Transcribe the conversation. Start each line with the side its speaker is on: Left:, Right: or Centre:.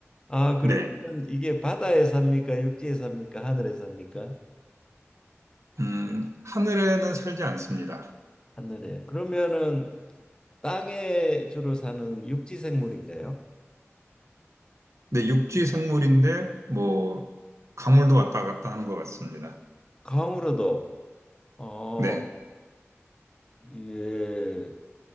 Left: 아 그러면
Right: 네.
Left: 이게 바다에 삽니까 육지에 삽니까 하늘에 삽니까
Right: 음, 하늘에는 살지 않습니다.
Left: 하늘에 그러면은 땅에 주로 사는 육지 생물인가요
Right: 네, 육지 생물인데, 뭐, 강물도 왔다 갔다 하는 것 같습니다.
Left: 강으로도 어
Right: 네.
Left: 예